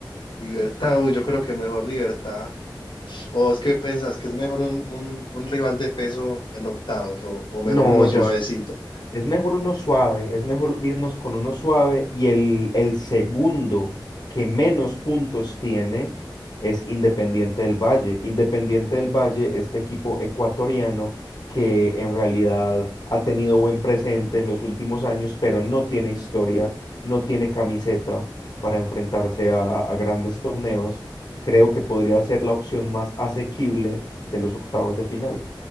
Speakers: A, on the left; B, on the left.
A: Libertad, uy, yo creo que mejor Libertad. ¿O es que pensás que es mejor un, un, un rival de peso en octavos o, o mejor
B: No,
A: uno
B: yo
A: suavecito?
B: Es mejor uno suave, es mejor irnos con uno suave y el, el segundo que menos puntos tiene es Independiente del Valle. Independiente del Valle, este equipo ecuatoriano que en realidad ha tenido buen presente en los últimos años, pero no tiene historia, no tiene camiseta para enfrentarse a, a grandes torneos. Creo que podría ser la opción más asequible de los octavos de final.